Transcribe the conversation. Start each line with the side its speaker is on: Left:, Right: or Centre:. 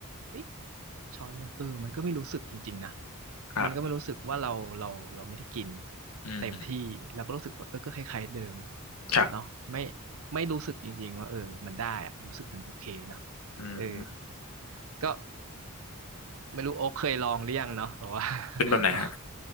Right: เอ๊ะช้อนหนึ่งเออมันก็ไม่รู้สึกจริงๆนะ
Left: ครับ
Right: มันก็ไม่รู้สึกว่าเราเราเราไม่ได้กิน
Left: อืม
Right: เต็มที่เราก็รู้สึกว่าเออก็คล้ายๆเดิม
Left: ครับ
Right: เนาะไม่ไม่รู้สึกจริงๆว่าเออมันได้อะรู้สึกมันโอเคนะ
Left: อืม
Right: เออก็ไม่รู้โอ๊คเคยลองหรือยังเนาะแบบว่า
Left: เป็นแบบไหนฮะ
Right: <laughs> ลอง